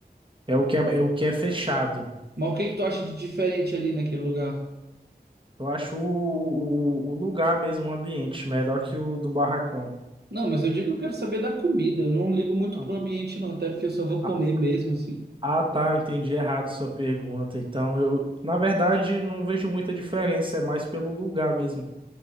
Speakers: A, on the right (about 30°); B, on the right (about 75°).
A: é o que é, é o que é fechado.
B: Mas o que que tu acha de diferente ali naquele lugar?
A: Eu acho o, o, o lugar mesmo, o ambiente, melhor que o do Barracão.
B: Não, mas eu digo que eu quero saber da comida. Eu não ligo muito
A: Não.
B: pro ambiente, não, até porque eu só vou
A: Ah,
B: comer mesmo, assim.
A: ah, tá, eu entendi errado sua pergunta. Então, eu, na verdade, não vejo muita diferença, é mais pelo lugar mesmo.